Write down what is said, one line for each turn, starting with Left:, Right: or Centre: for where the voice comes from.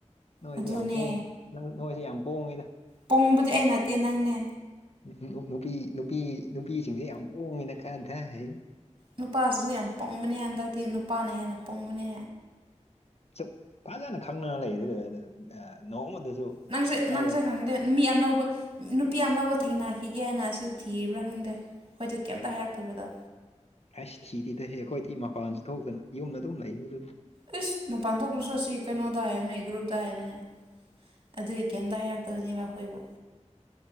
Left: ꯅꯣꯏꯁꯤ
Right: ꯑꯗꯨꯅꯦ
Left: ꯌꯥꯝ ꯄꯣꯡ ꯅꯪ ꯅꯣꯏꯁꯤ ꯌꯥꯝ ꯄꯣꯡꯉꯤꯗ
Right: ꯄꯣꯡꯕꯗꯤ ꯑꯩ ꯅꯠꯇꯦ ꯅꯪꯅꯦ
Left: ꯅꯨ ꯅꯨ ꯅꯨꯄꯤ ꯅꯨꯄꯤ ꯅꯨꯄꯤꯁꯤꯡꯁꯦ ꯌꯥꯝ ꯍꯣꯡꯉꯤꯗ ꯀꯗꯥꯢꯍꯤ
Right: ꯅꯨꯄꯥꯁꯤꯁꯨ ꯌꯥꯝ ꯄꯣꯡꯕꯅꯦ ꯍꯟꯗꯛꯇꯤ ꯅꯨꯄꯥꯅ ꯍꯦꯟꯅ ꯄꯣꯡꯕꯅꯦ
Left: ꯆꯞ ꯐꯥꯖꯅ ꯈꯪꯅ ꯂꯩꯔꯒ ꯑꯥ ꯅꯣꯡꯃꯗꯁꯨ
Right: ꯅꯪꯁꯦ
Left: ꯐꯥꯎꯔꯛ
Right: ꯅꯪꯁꯦ ꯈꯪꯗꯦ ꯃꯤ ꯑꯅꯧꯕ ꯅꯨꯄꯤ ꯑꯅꯧꯕ ꯊꯦꯡꯅꯈꯤꯒꯦꯅ ꯑꯁꯤꯁꯨ ꯊꯤꯔꯤꯕ꯭ꯔꯥ ꯈꯪꯗꯦ ꯑꯩꯈꯣꯏꯗ ꯀꯩꯝꯇ ꯍꯥꯏꯔꯛꯇꯕꯗꯣ
Left: ꯑꯩꯁ ꯊꯤꯗꯦꯗꯍꯦ ꯑꯈꯣꯏꯗꯤ ꯃꯄꯥꯟꯁꯨ ꯊꯣꯛꯇꯅ ꯌꯨꯝꯗ ꯑꯗꯨꯝ ꯂꯩꯕꯗꯨꯕꯨ
Right: ꯎꯏꯁ ꯃꯄꯥꯟ ꯊꯣꯛꯇꯔꯁꯨ ꯁꯤ ꯀꯩꯅꯣꯗ ꯍꯥꯏꯕꯅꯦ ꯒ꯭ꯔꯨꯞꯇ ꯍꯥꯏꯕꯅꯦ ꯑꯗꯨꯏ ꯀꯩꯝꯇ ꯍꯥꯏꯔꯛꯇꯕꯅꯦꯕ ꯑꯈꯣꯏꯕꯨ